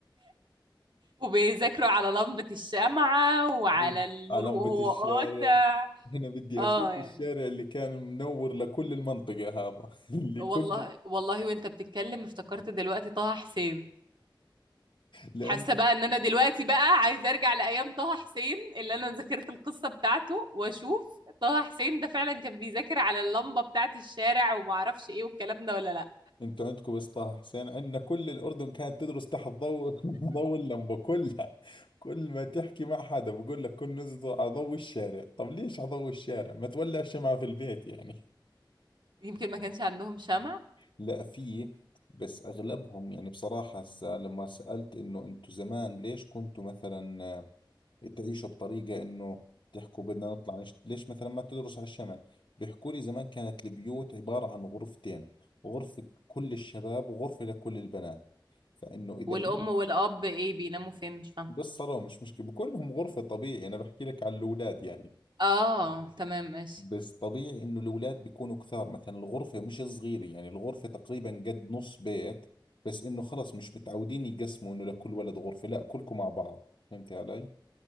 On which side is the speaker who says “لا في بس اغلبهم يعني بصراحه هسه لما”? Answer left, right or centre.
Left